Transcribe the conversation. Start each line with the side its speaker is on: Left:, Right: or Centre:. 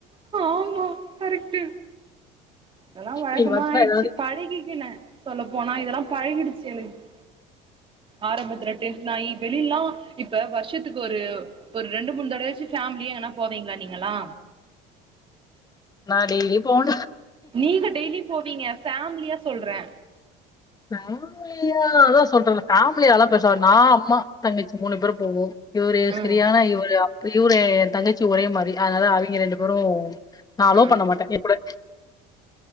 Right: ஆமா கரெக்ட்டு அதெல்லா வழக்கமா
Left: நீ வந்தா
Right: ஆயிடுச்சு
Left: ஏதாவது
Right: பழகிக்கனே சொல்ல போனா நா இதெல்லா பழகிடுச்சு எனக்கு ஆரம்பத்ல டென்ஷன் ஆகி வெலிலலா இப்ப வருஷத்துக்கு ஒரு ஒரு ரெண்டு மூணு தடயாச்சு பேமிலியா னா போவீங்களா நீங்களா
Left: நா டெய்லி போன
Right: நீங்க டெய்லி போவீங்க பேம்லியா சொல்றே
Left: பேம்லியா அதா சொல்ரன பேமிலியலா பேருசா நா அம்மா தங்கிச்சி மூணு பேரும் போவோ இவரு
Right: ம்
Left: சரியான இவர்ரு இவரு தங்கச்சி ஒரே மாறி அதனால அவிங்க ரெண்டு பேரு நான் அலோ
Right: ம்
Left: பண்ண மாட்டே எங்கூட